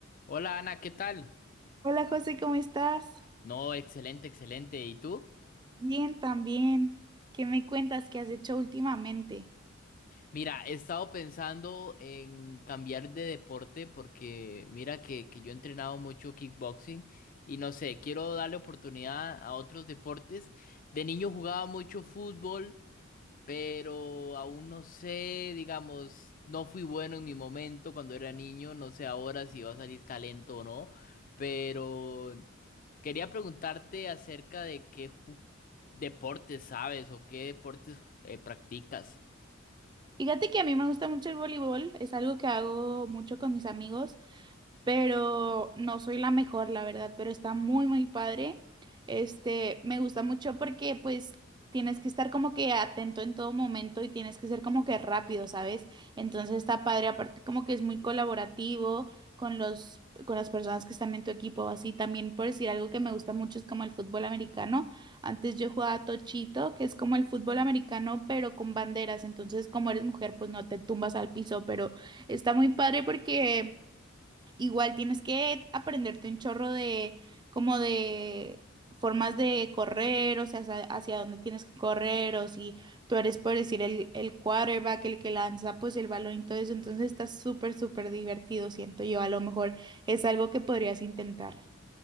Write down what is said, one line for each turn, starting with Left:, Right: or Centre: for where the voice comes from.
Left: Hola Ana, ¿qué tal?
Right: Hola José, ¿cómo estás?
Left: No, excelente, excelente. ¿Y tú?
Right: Bien, también. ¿Qué me cuentas? ¿Qué has hecho últimamente?
Left: Mira, he estado pensando en cambiar de deporte porque mira que, que yo he entrenado mucho kickboxing y no sé, quiero darle oportunidad a otros deportes. De niño jugaba mucho fútbol. pero aún no sé, digamos, no fui bueno en mi momento cuando era niño, no sé ahora si va a salir talento o no, pero quería preguntarte acerca de qué ju- deportes sabes o qué deportes eh, practicas.
Right: Fíjate que a mí me gusta mucho el voleibol, es algo que hago mucho con mis amigos pero no soy la mejor, la verdad, pero está muy, muy padre. Este, me gusta mucho porque pues tienes que estar como que atento en todo momento y tienes que ser como que rápido, ¿sabes? Entonces está padre, aparte como que es muy colaborativo con los, con las personas que están en tu equipo, así también por decir algo que me gusta mucho es como el fútbol americano. Antes yo jugaba tochito, que es como el fútbol americano, pero con banderas. Entonces, como eres mujer, pues no te tumbas al piso, pero está muy padre porque Igual tienes que aprenderte un chorro de como de formas de correr, o sea, hacia, hacia dónde tienes que correr, o si tú eres, por decir, el, el quarterback, el que lanza pues el balón y todo eso, entonces está súper, súper divertido, siento yo. A lo mejor es algo que podrías intentar.